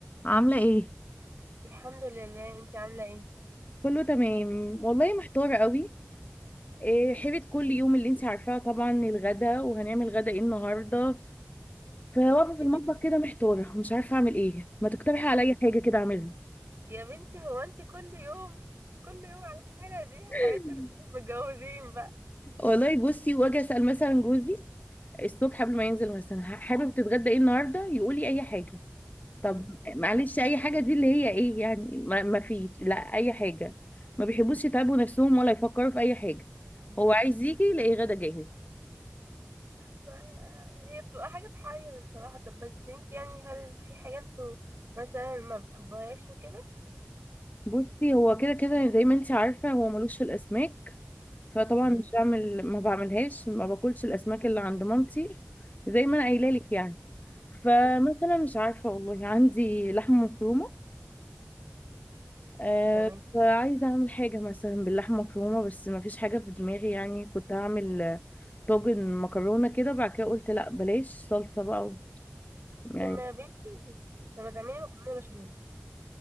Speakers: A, on the left (about 35°); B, on the right (about 60°).
A: عاملة ايه؟
B: الحمد لله انت عامله ايه
A: كله تمام والله محتارة قوي إيه، حيرة كل يوم اللي انت عارفاه طبعا الغدا وهنعمل غدا ايه النهاردة فواقفة في
B: يا
A: المطبخ
B: بنتي
A: كده محتارة مش عارفة اعمل ايه ما تقترحي عليا حاجة كده اعملها
B: يا بنتي هو انت كل يوم كل يوم على الحاله دي
A: <laughs>
B: حياه المتجوزين بقى
A: والله بصي واجي اسأل مثلا جوزي الصبح قبل ما ينزل مثلا ح- حابب تتغدى ايه النهاردة يقول لي اي حاجة طب
B: مم،
A: معلش
B: لا.
A: اي حاجة دي اللي هي ايه يعني ما, ما فيش لا اي حاجة ما بيحبوش يتعبوا نفسهم ولا يفكروا في اي حاجة
B: مم.
A: هو عايز يجي يلاقي غدا جاهز
B: ما هي بتبقى حاجه تحير بصراحه طب بس انت يعني هل في حاجه انتوا مثلا ما بتحبهاش وكده
A: بصي هو كده كده زي ما انت عارفة هو ملوش في الأسماك فطبعا
B: مم.
A: مش بعمل ما بعملهاش ما باكلش الأسماك اللي عند مامتي زي ما أنا قايلة لك يعني فمثلا مش عارفة والله عندي لحمة مفرومة آه
B: تمام
A: فعايزة أعمل حاجة مثلا باللحمة المفرومة بس ما فيش حاجة في دماغي يعني كنت هعمل طاجن مكرونة كده بعد كده قلت لا بلاش صلصة بقى يعني
B: طب ما يا بنتي طب ما تعملي مكرونه بشاميل